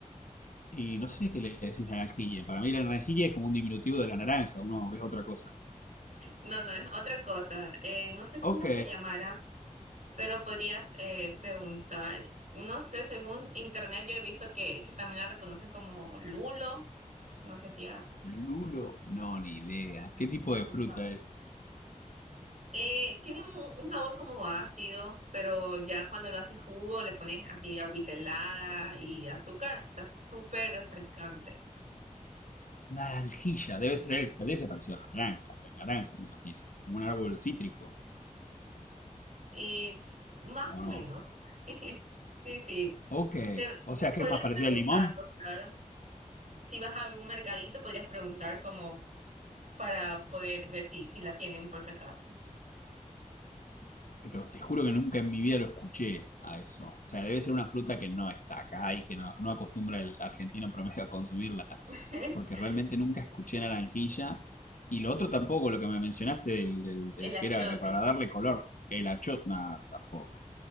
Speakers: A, on the left; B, on the right.
A: Y no sé qué le decís naranjilla. Para mí la naranjilla es como un diminutivo de la naranja. Uno es otra cosa.
B: No, no, es otra cosa. Eh, no sé cómo
A: Ok.
B: se llamará, pero podrías eh, preguntar. No sé, según internet yo he visto que, que también la reconocen como lulo. No sé si has
A: Lulo, no, ni idea. ¿Qué tipo
B: escuchado.
A: de fruta es?
B: Eh, tiene un, un sabor como ácido, pero ya cuando lo haces jugo le pones así agüita helada y azúcar. Se hace súper refrescante.
A: Naranjilla. Debe ser, debe ser parecido a la naranja. A La naranja, me imagino. Como un árbol cítrico.
B: Eh, más
A: ¿O
B: o
A: no?
B: menos. <laughs> Sí, sí.
A: Ok.
B: Te-
A: O sea,
B: podrías
A: que es más parecido
B: preguntarlo,
A: al limón?
B: claro. si vas a algún mercadito, podrías preguntar como para poder ver si, si la tienen por si acaso.
A: Pero te juro que nunca en mi vida lo escuché a eso. O sea, debe ser una fruta que no está acá y que no, no acostumbra el argentino promedio a consumirla.
B: <laughs>
A: Porque realmente nunca escuché naranjilla. Y lo otro tampoco, lo que me mencionaste del, del- del
B: El achiote.
A: que era que para darle color, el achotna tampoco.